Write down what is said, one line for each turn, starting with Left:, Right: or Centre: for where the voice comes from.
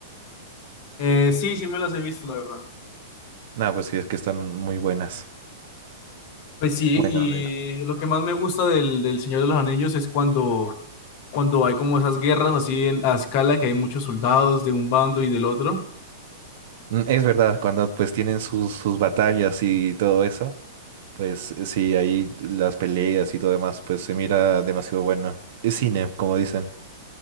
Left: Eh, sí, sí me las he visto, la verdad.
Right: Nah, pues sí, es que están muy buenas.
Left: Pues sí,
Right: Bueno,
Left: y
Right: a ver.
Left: lo que más me gusta del, del Señor de los Anillos es cuando, cuando hay como esas guerras así en, a escala que hay muchos soldados de un bando y del otro.
Right: Mm, Es verdad, cuando pues tienen sus, sus batallas y todo eso, pues eh, sí, ahí las peleas y todo demás, pues se mira demasiado bueno. Es cine, como dicen.